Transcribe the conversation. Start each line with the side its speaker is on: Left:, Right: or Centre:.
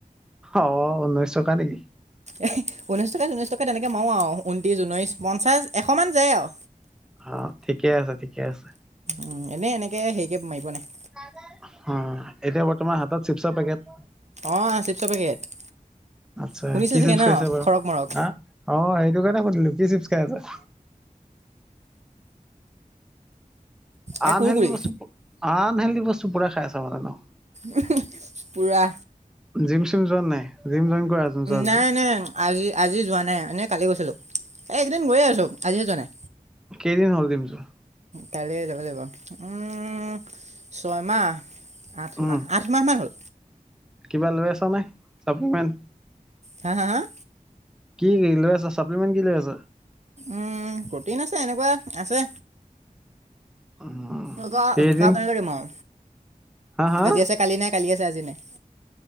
Centre: অ ঊনৈশ টকা নেকি?
Right: এহ, ঊনৈশ টকা- চনৈশ টকা তেনেকে মাৰোঁ আও। ঊনত্ৰিশ, ঊনৈশ, পঞ্চাশ, এশ মান যায় আও।
Centre: অ', ঠিকে আছে - ঠিকে আছে।
Right: উম, এনে এনেকে হেৰিকে মাৰি পোৱা নাই।
Centre: অ', এতিয়া বৰ্তমান হাতত চিপছৰ পেকেট।
Right: অ', চিপছৰ পেকেট।
Centre: আচ্ছা,
Right: শুনিছে
Centre: কি
Right: চাগে
Centre: চিপ্‌ছ
Right: ন
Centre: খাইছা বাৰু?
Right: খৰক মৰক
Centre: হা? অ' সেইটো কাৰণে সুধিলোঁ। কি চিপ্‌ছ খাই আছা?
Right: এই
Centre: আনহেল্ডি
Right: কুৰকুৰি
Centre: বস্তু- আনহেল্ডি বস্তু পুৰা খাই আছা মানে ন'?
Right: হঁ-হঁ-হঁ, পুৰা।
Centre: জীম-চিম যোৱান নাই? জীম জইন কৰা আজি, যোৱা
Right: নাই
Centre: যদি।
Right: নাই আজি আজি যোৱা নাই, মানে কালি গৈছিলোঁ। এই কেইদিন গৈয়ে আছোঁ। আজিহে যোৱা নাই।
Centre: কেইদিন হ'ল জীম যোৱা?
Right: কাইলৈ যাব লাগিব। উম, ছয়মাহ, আঠমাহ,
Centre: উম,
Right: আঠমাহ মান হ'ল।
Centre: কিবা লৈ আছ' নে? ছাপলমেণ্ট?
Right: হাঁ- হাঁ-হাঁ।
Centre: কি লৈ আছা, চাপ্লিমেণ্ট কি লৈ আছ?
Right: উম, কঠিন আছে, এনেকুৱা আছে
Centre: উম,
Right: এতিয়া
Centre: কেইদিন
Right: হিচাপ কেনেকে দিম আও।
Centre: হা হা
Right: আজি আছে কালি নাই, কালি আছে আজি আজি নাই।